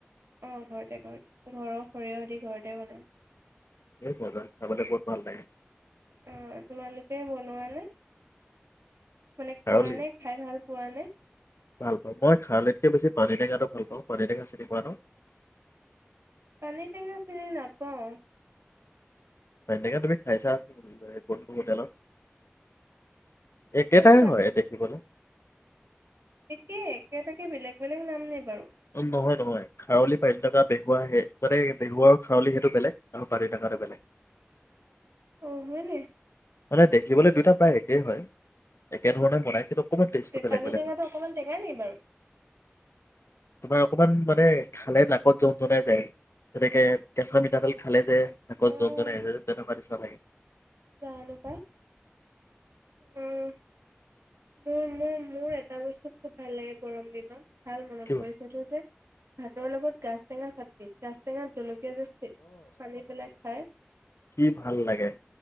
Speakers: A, on the right; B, on the left.
A: অ ঘৰতে ঘৰতে ঘৰৰ সৰিয়হ দি ঘৰতে বনাই
B: এ মজা খাৱলে বহুত ভাল লাগে
A: অ তোমালোকে বনোৱা নে মানে খোৱা
B: খাৰলি
A: নে খাই ভাল পোৱা খোৱা নে
B: ভাল পাওঁ মই খাৰলিতকে বেছি পানী টেঙাটো ভাল পাওঁ পানী টেঙা চিনি পোৱা ন
A: পানিটেঙা চিনি নাপাওঁ
B: পানিটেঙা তুমি খাইছা কোন কোন হোটেলত একেইটাই
A: জানো
B: হয় দেখিবলৈ
A: একে একেটাকে বেলেগ বেলেগ নাম নে বাৰু
B: নহয় নহয় খাৰলি পানীটেঙা বেহুৱা আহে মানে বেহুৱা আৰু খাৰলি সেইটো বেলেগ আৰু পানিটেঙাটো বেলেগ
A: অ হয়নে
B: মানে দেখিবলৈ দুয়োটা প্ৰায় একে সেই হয় একেধৰণে বনাই কিন্তু অকণমান টেষ্টটো বেলেগ
A: পানী
B: বেলেগ
A: টেঙাটো
B: হয়
A: অকমান টেঙা নি বাৰু?
B: তোমাৰ অকমান মান মানে খালে নাকত যম জনাই যায় তেনেকে কেঁচা মিঠাতেল খালে যে আাকত
A: উম
B: যোনজন আহ তেনেকুৱা নিচা লাগে
A: জানো পায় উম মোৰ মোৰ মোৰ এটা বস্তু খুব ভাল লাগে গৰম দিনত ভাল মনত
B: কি বস্তু
A: পৰিচাটো যে ভাতৰ লগত গা টেঙা চাটনি গাছ টেঙাত জলকীয়া পিয়াজ যে সানি পেলাই খাই
B: সি ভাল লাগে